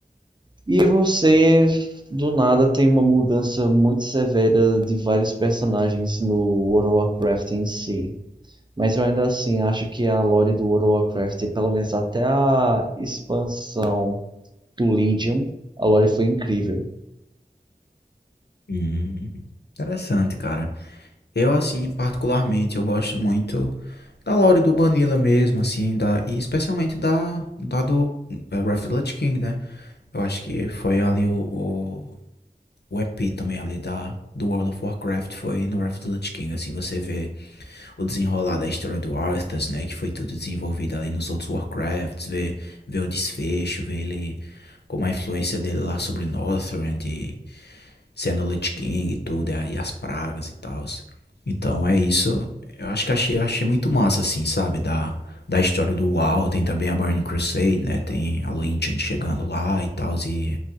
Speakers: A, on the right; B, on the left.
A: E você, do nada, tem uma mudança muito severa de vários personagens no World of Warcraft em si. Mas eu ainda assim acho que a lore do World of Warcraft, pelo menos até a expansão do Legion, a lore foi incrível.
B: Hum, interessante, cara. Eu, assim, particularmente, eu gosto muito da lore do Vanilla mesmo, assim, da, e especialmente da, da do é, Wrath of the Lich King, né? Eu acho que foi ali o, o, o epítome ali da, do World of Warcraft, foi no Wrath of the Lich King, assim, você vê o desenrolar da história do Arthas, né, que foi tudo desenvolvido ali nos outros Warcrafts, vê, vê o desfecho, vê ele, como a influência dele lá sobre Northrend e sendo Lich King e tudo, e as pragas e tal. Então é isso. Eu acho que achei, achei muito massa, assim, sabe? Da, da história do WoW, tem também a Burning Crusade, né? Tem a Legion chegando lá e tal, e